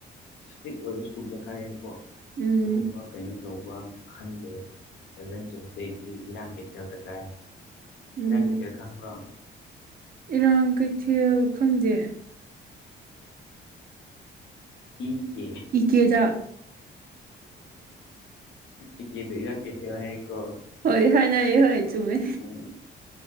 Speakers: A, on the left; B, on the right.
A: ꯏꯁꯇꯛ ꯑꯣꯏꯕ ꯁ꯭ꯀꯨꯜ ꯗꯔ ꯀꯥꯔꯦꯀꯣ
B: ꯎꯝ
A: ꯁꯤꯒꯨꯝꯕ ꯀꯩꯅꯣ ꯇꯧꯕ ꯈꯟꯗꯦ ꯑꯦꯂꯚꯦꯟ ꯇꯨꯌꯦꯜꯐꯇꯩꯗꯤ ꯏꯔꯥꯡ ꯀꯩꯊꯒ ꯇꯥꯏ
B: ꯎꯝ
A: ꯏꯔꯥꯡꯒꯤꯇꯔ ꯈꯪꯕ꯭ꯔꯣ
B: ꯏꯔꯥꯡ ꯀꯩꯊꯦꯜ ꯈꯪꯗꯦ
A: ꯏ ꯀꯦ
B: ꯏ ꯀꯦ ꯋꯥꯗ
A: ꯏ ꯀꯦꯗꯣ ꯏꯔꯥꯡ ꯀꯩꯊꯦꯜ ꯍꯥꯏꯌꯦꯀꯣ
B: ꯍꯣꯏ ꯍꯣꯏꯅ ꯍꯣꯏ ꯆꯨꯝꯃꯦ
A: ꯎꯝ